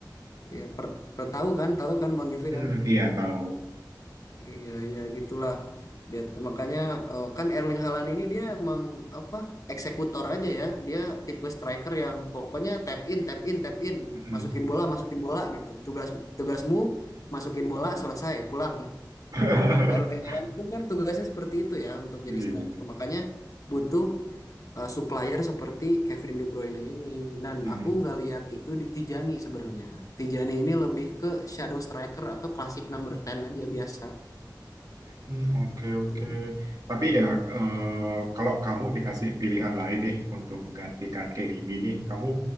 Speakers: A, on the left (about 50°); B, on the right (about 55°).
A: ya per, per- tahu kan tahu kan Bang Juve
B: Mm-mm,
A: kan
B: iya tahu.
A: iya iya gitulah dia makanya eh, kan Erling Haaland ini dia emang apa eksekutor aja ya dia tipe striker yang pokoknya tap in tap in tap in
B: Mm-mm.
A: masukin bola masukin bola gitu tugas tugasmu masukin bola selesai pulang
B: <laughs>
A: Erling Haaland pun kan tugasnya seperti itu ya untuk jadi
B: Iya.
A: striker. Makanya butuh uh, supplier seperti Kevin De Bruyne ini. Dan
B: Mm.
A: aku nggak lihat itu di Tijani sebenarnya. Tijani ini lebih ke shadow striker atau classic number ten aja biasa
B: Hmm, Oke,
A: gitu.
B: oke. Tapi ya, eh, kalau kamu dikasih pilihan lain nih untuk menggantikan KDB nih, kamu